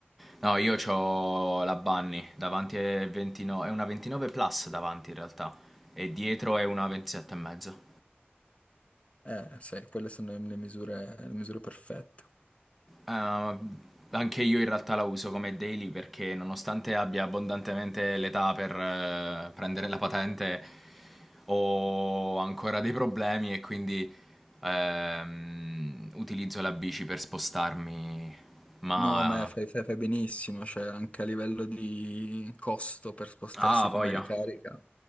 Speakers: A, in the centre; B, on the left.
A: No, io ho la Bunny davanti è 29, è una 29 plus davanti in realtà e dietro è una 27 e mezzo.
B: Eh, sì, quelle sono le misure, le misure perfette.
A: Ah, anche io in realtà la uso come daily perché nonostante abbia abbondantemente l'età per eh, prendere la patente, ho ancora dei problemi e quindi ehm, utilizzo la bici per spostarmi. Ma...
B: No, ma fai, fai- fai benissimo, cioè anche a livello di costo per spostarsi
A: Ah, voglia.
B: come ricarica,